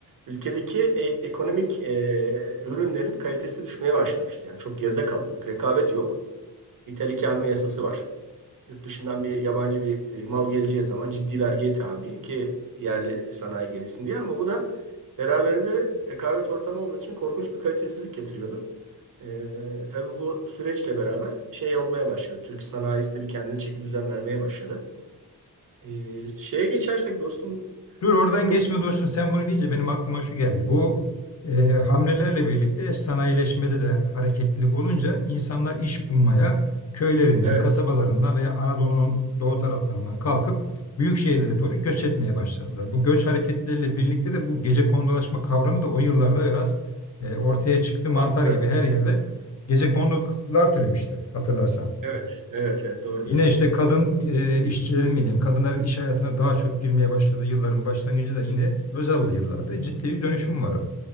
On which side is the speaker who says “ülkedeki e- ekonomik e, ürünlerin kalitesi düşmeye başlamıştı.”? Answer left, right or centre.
Right